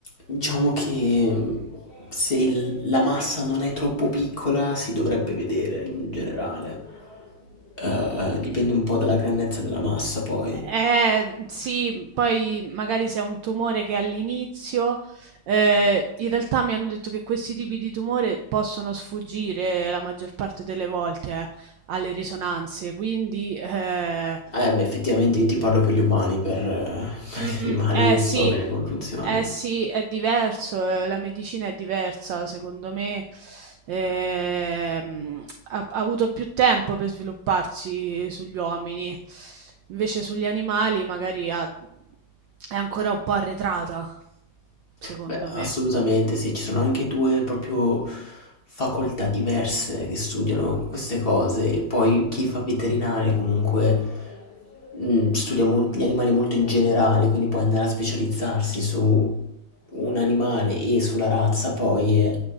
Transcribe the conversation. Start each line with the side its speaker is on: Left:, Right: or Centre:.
Left: diciamo che mm, se il- la massa non è troppo piccola si dovrebbe vedere in generale. Eh, dipende un po' dalla grandezza della massa poi.
Right: Eh, sì, poi magari se è un tumore che all'inizio, eh, in realtà mi hanno detto che questi tipi di tumore possono sfuggire la maggior parte delle volte, eh, alle risonanze, quindi eh,
Left: Eh beh, effettivamente io ti parlo per gli umani, per, eh, <laughs> per
Right: Mm,
Left: gli animali
Right: mm, eh
Left: non so
Right: sì,
Left: bene come funziona.
Right: eh sì, è diverso, eh, la medicina è diversa, secondo me ehm, ha, ha avuto più tempo per svilupparsi sugli uomini, invece sugli animali magari ha- è ancora un po' arretrata, secondo
Left: Beh, assolutamente
Right: me.
Left: sì, ci sono anche due proprio facoltà diverse che studiano queste cose. E Poi chi fa veterinaria comunque mh, studia mol- gli animali molto in generale, quindi puoi andare a specializzarsi su un animale e sulla razza, poi eh,